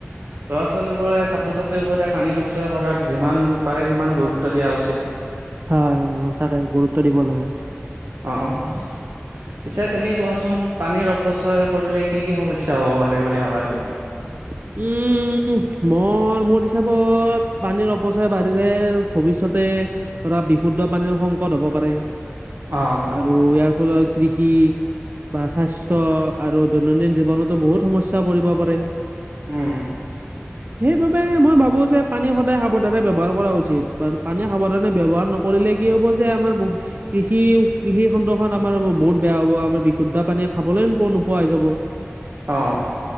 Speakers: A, on the right; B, on the right.
A: <inaudible> ল'ৰা-ছোৱালীবোৰে, ছাত্ৰ-ছাত্ৰীবোৰে পানী সঞ্চয় কৰাত যিমান পাৰে সিমান গুৰুত্ব দিয়া উচিত। <inaudible>
B: হয়-হয় সঁচাকে গুৰুত্ব দিব লাগে। <unintelligible>
A: অঁ-অঁ <inaudible> পিছে তুমি কোৱা চোন পানীৰ অপচয় কৰিলে কি কি সমস্যা হ'ব পাৰে বুলি ভাবা তুমি? <inaudible> <unintelligible>
B: উম! মই মোৰ হিচাপত পানীৰ অপচয় বাঢ়িলে ভৱিষ্যতে <inaudible> ধৰা বিশুদ্ধ পানীৰ সংকট হব পাৰে
A: অ',
B: আৰু ইয়াৰ ফলত <inaudible> কৃষি বা স্বাস্থ্য আৰু দৈনন্দিন জীৱনতো বহুত সমস্যা পৰিব পাৰে। <unintelligible>
A: উম! <unintelligible>
B: সেইবাবে মই ভাবো যে পানী সদায় সাৱধানে ব্যৱহাৰ কৰা উচিত। পানী সাৱধানে ব্যৱহাৰ নক <unintelligible> নকৰিলে কি হ'ব যে আমাৰ <inaudible> কৃষি-কৃষি খণ্ডখন আমাৰ বহুত বেয়া হ'ব আমাৰ বিশুদ্ধ পানীয়ে খাবলৈও নোপোৱা হৈ যাব। <unintelligible>
A: অঁ! <unintelligible>